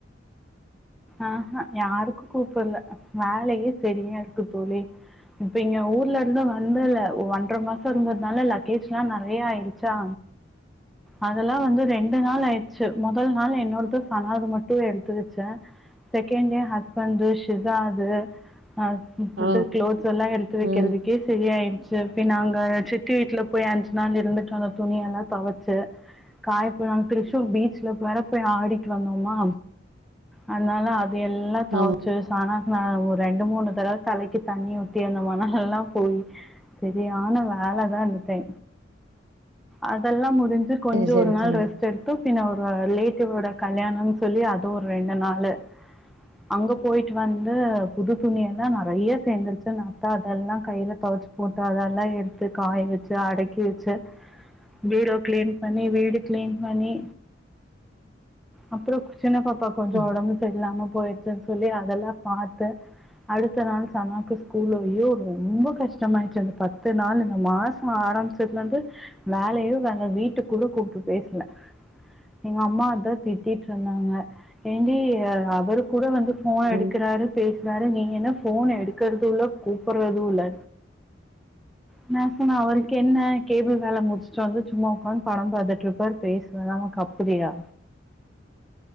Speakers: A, in the centre; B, on the right (about 75°).
A: அஹ யாருக்கு கூப்டல வேலையே சரியா இருக்கு தோழி இப்ப இங்க ஊர்ல இருந்து வந்தல ஒன்ற மாசஸ் திருந்தனால லக்கேஜ் எல்லா நறைய ஆயிடுச்சா அதெல்லா வந்து ரெண்டு நாள் ஆயிடுச்சு முதல் நாள் என்னோடது சனாது மட்டு எடுத்து வச்ச செகண்ட் டே ஹஸ்பண்ட் ஷிஜாது அது
B: ஆ
A: இத்த க்ளோத்ஸ் எல்லா எடுத்து வைக்கிறதுக்கே
B: ம்
A: சரியாயிடுச்சி நாங்க சித்தி வீட்டுல போய் தர்ஸ்டே நாங்க சித்தி விட்ல போய் அஞ்சி நாள் இருந்துட்டு வந்த துணிய எல்லா தொவச்சி காயப்புலா தீரிச்சூர் பீச்ல போற போய் ஆடிட்டு வந்தோமா அதனால அது எல்லா தொவச்சே
B: ஆமா
A: சனாக்ன ஒரு ரெண்டு மூனு தடவ தலைக்கு தண்ணி உத் தி அந்த மணல் எல்லா போய் சரியான வேல தா இந்த டை அதெல்லா முடிஞ்சி கொஞ்சோ
B: சரி சரி
A: ஒரு நாள்
B: தோழி.
A: ரெஸ்ட் எடுத்து பின்ன ஒரு ரிலேட்டிவ்யோட கல்யாணம்னு சொல்லி அது ஒரு ரெண்டு நாள் அல்ல அங்க போயிட்டு வந்து புது துணி எல்லா நறைய சேர்ந்துருச்சி நா அக்காட்ட எல்லா கையில தொவச்சு போட்டு அதெல்லா எடுத்து காய வச்சி அடக்கி வச்ச பீரோ கிளீன் பண்ணி வீடு கிளீன் பண்ணி அப்ரோ கு சின்ன பாப்பா கொஞ்சோ
B: ம்
A: உடம்பு சரி இல்லாம போயிடுச்சின் சொல்லி அதெல்லா பாத்து அடுத்த நாள் சனாவுக்கு ஸ்கூல் ஓயோ ரொம்ப கஷ்டமாயிடுச்சே அந்த பத்து நாளு இந்த மாஸ் கா ஆரம்பிச்சதுல இருந்து வேலையு வேங்க வீட்டுக்கு கூட கூப்ட்டு பேசுன எங்க அம்மா அதா திட்டிட்டு இருந்தாங்க ஏன்டி ஏங்க அவரு கூட வந்து போன் எடுக்கறாரு
B: ம்
A: பேசுறாரு நீங்க என்ன போன் எடுக்கறது இல்ல கூப்டுறது இல்ல என்ன சொன்னா அவரு க்கு என்ன கேபிள் வேல முடிச்சுட்டு வந்து சும்மா உக்காந்து படம் பாத்துட்டு இருப்பாரு பேசுவாரு ஆவங்கப் கப்டியியா